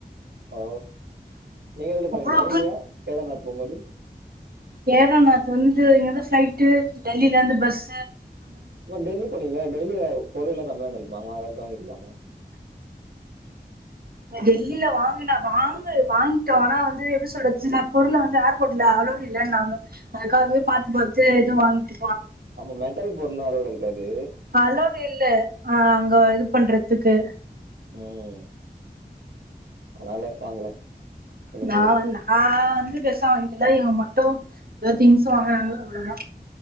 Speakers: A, on the right; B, on the right.
A: ஓ நீங்க எதுல போனீங்க
B: அவ்ளோ
A: ட்ரெயின்லையா கேதார்நாத் போகும்போது
B: கேதார் நாத்து வந்து இங்க இருந்து ஸ்ட்ரைட் டெல்லியில் இருந்து பஸ்
A: ஓ டெல்லி போனீங்களே டெல்லில பொருள் எல்லாம் கம்மியா இருந்திருக்குமே ஏதாச்சும் வாங்கிக்ருக்கலாமே
B: டெல்லியில வாங்குனா வாங்கு வாங்கிட்டோம் ஆனா வந்து என்ன சொல்றது சில பொருள் வந்து ஏர்போர்ட்ல அலோட் இல்லன்னு அதுக்காகவே பார்த்து பார்த்து இது வாங்கி
A: அப்ப மெட்டல் பொருள் எல்லாம் அலோடு இருக்காது
B: அலோடு இல்ல ஆஹ் அங்க இது பண்றதுக்கு
A: உம் அதனால வாங்கல சில
B: நான்
A: பொருள்லாம்
B: வந்து ஆஹ் பெருசா வாங்கல இவங்க மட்டும் ஏதாவது திங்ஸ் வாங்கறாங்க அவ்வளவுதான்